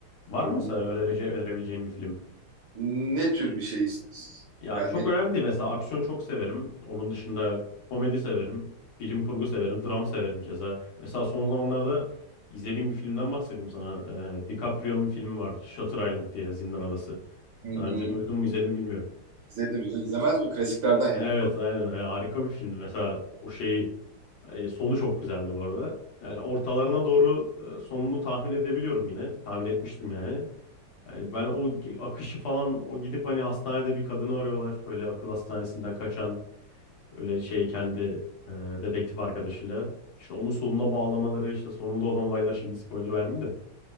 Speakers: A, on the left (about 85°); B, on the right (about 65°).
A: Var
B: Hı
A: mı
B: hı.
A: mesela önerece, önerebileceğim bir film?
B: Ne tür bir şey iz-
A: Ya
B: yani
A: çok
B: ne
A: önemli değil. Mesela aksiyon çok severim. Onun dışında komedi severim. Bilim kurgu severim. Dram severim keza. Mesela son zamanlarda izlediğim bir filmden bahsedeyim sana. Ee, DiCaprio'nun filmi var. Shutter Island diye Zindan Adası.
B: Hı hı.
A: Daha önce duydum mu izledim bilmiyorum.
B: İzledim izledim. İzlemez miyim klasiklerden
A: Evet
B: ya?
A: aynen. Yani harika bir filmdi. Mesela o şeyi e, sonu çok güzeldi bu arada. Yani ortalarına doğru e, sonunu tahmin edebiliyorum yine. Tahmin etmiştim yani. Yani ben o g- akışı falan o gidip hani hastanede bir kadını arıyorlar. Böyle akıl hastanesinden kaçan Öyle şey kendi e, dedektif arkadaşıyla işte onun sonuna bağlamaları işte sonunda olan olaylar şimdi spoiler vermeyeyim de